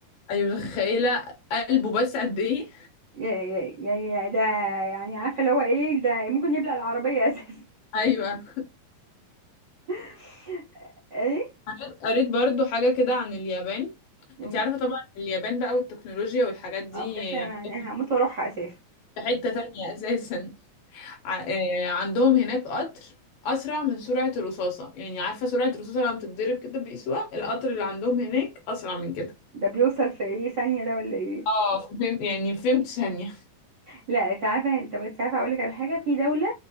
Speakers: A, on the left; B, on the right.
A: أيوة متخيلة قلبه بس قد إيه؟
B: يا- يا- يعني يعني ده يعني عارفه اللي هو ايه ده ممكن يبلع العربيه اساسا
A: أيوة
B: <laughs> ايه
A: وقريت برضو حاجة كده عن اليابان
B: أم-
A: انت عارفة طبعا اليابان بقى والتكنولوجيا والحاجات دي
B: أه بجد انا
A: عندهم
B: أنا هموت واروحها اساسا
A: في حتة تانية أساسا ع- آه، عندهم هناك قطر أسرع من سرعة الرصاصة يعني عارفة سرعة الرصاصة لما بتتضرب كده بيقيسوها القطر اللي عندهم هناك أسرع من كده
B: ده بيوصل في ايه ثانيه ده ولا ايه
A: اه فهمت يعني فهمت ثانية
B: لا انت عارفه انت بس عارفه اقول لك على حاجه في دوله